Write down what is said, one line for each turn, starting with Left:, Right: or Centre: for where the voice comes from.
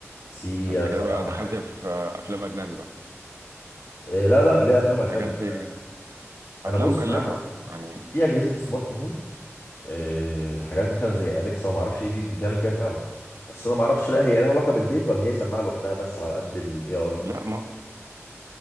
Left: سيري
Right: فانت
Left: اسال
Right: كده بقى دخلت
Left: على حاجه
Right: في افلام اجنبي بقى
Left: إيه لا لا ليه افلام اجنبي
Right: الحاجات دي
Left: انا أنا
Right: هتلاقيها
Left: بص
Right: مكلفه
Left: انا عندي
Right: يعني
Left: في اجهزه سمارت هوم آه، حاجات مثلا زي اليكسا وما اعرفش ايه دي بتعمل كده فعلا بس انا ما اعرفش بقى هي لها علاقه بالبيت ولا هي سماعه لوحدها بس على قد الاي اي
Right: لا ما